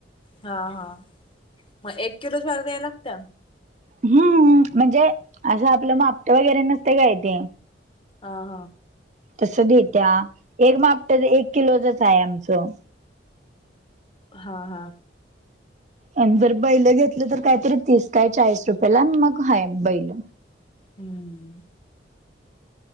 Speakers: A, on the left; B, on the right.
A: हा हा मग एक किलो ज्वारी द्यायला लागत्या.
B: हम्म म्हणजे असं आपलं मापट वगैरे नसते काय ते.
A: हा हा
B: तसं देत्या एक मापट एक किलोचच आहे आमचं.
A: हा हा
B: आणि जर बैल घेतलं तर काहीतरी तीस काय चाळीस रुपयेला मग हाय बैल.
A: हम्म